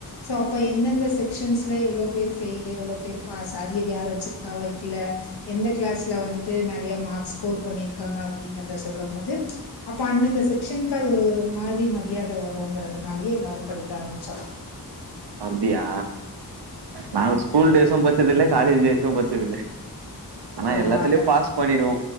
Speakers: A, on the left; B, on the right.
A: சோ அப்ப எந்தெந்த செக்ஷன்ஸ்ல எவ்ளோ பேர் ஃபெயிலு எவ்ளோ பேர் பாஸ் அரியரிய யார் வச்சிருக்கா வைக்கல எந்த கிளாஸ்ல வந்துட்டு நிறைய மார்க்ஸ் ஸ்கோர் பண்ணியிருக்காங்க அப்படிங்கறத சொல்லும் போது அப்ப அந்தந்த செக்ஷனுக்கு அது ஒரு ஒரு மாரி மரியாதை வருங்கிறதுனாலயே எல்லாரு படிக்க ஆரம்பிச்சோ
B: அப்டியா நாங்க ஸ்கூல் டேய்சும் படிச்சது இல்ல காலேஜ் டேய்சும் படிச்சது இல்ல ஆனா
A: பரவால்ல.
B: எல்லாத்துலயு பாஸ் பண்ணிடுவோ